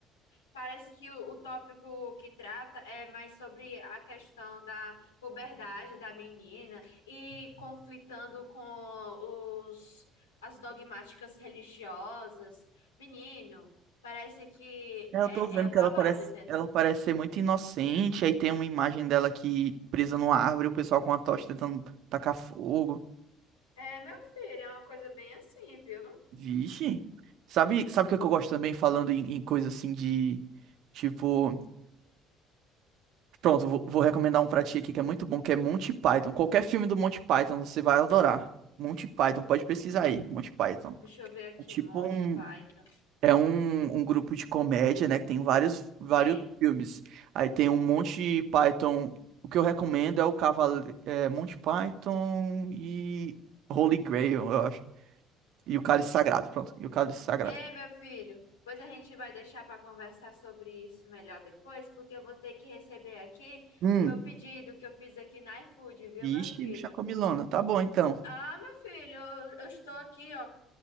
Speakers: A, on the left (about 80°); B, on the right (about 55°).
A: Parece que o, o tópico que trata é mais sobre a questão da puberdade da menina e conflitando com os, as dogmáticas religiosas. Menino, parece que
B: É,
A: é,
B: Eu tô vendo
A: é o
B: que
A: babado,
B: ela parece,
A: entendeu?
B: ela parece ser muito inocente, aí tem uma imagem dela aqui presa numa árvore, o pessoal com uma tocha tentando tacar fogo.
A: É, meu filho, é uma coisa bem assim, viu?
B: Vixe. Sabe, sabe o que é que eu gosto também, falando em, em coisa assim de, tipo, pronto, vou, vou recomendar um pra ti aqui que é muito bom, que é Monty Python. Qualquer filme do Monty Python você vai adorar. Monty Python, pode pesquisar aí, Monty Python.
A: Deixa eu ver aqui,
B: É tipo
A: Monty
B: um,
A: Python.
B: É um, um grupo de comédia, né? Que tem vários, vários
A: Tem.
B: filmes. Aí tem um Monty Python. O que eu recomendo é o Cavale... é, Monty Python e Holy Grail, eu acho. E o Cálice Sagrado, pronto. E o Cálice Sagrado.
A: Ei, meu filho, pois a gente vai deixar para conversar sobre isso melhor depois, porque eu vou ter que receber aqui
B: Hum.
A: o meu pedido que eu fiz aqui na iFood, viu,
B: Ixi,
A: meu filho?
B: bicha comilona. Tá bom, então.
A: Ah, meu filho, eu, eu estou aqui, ó,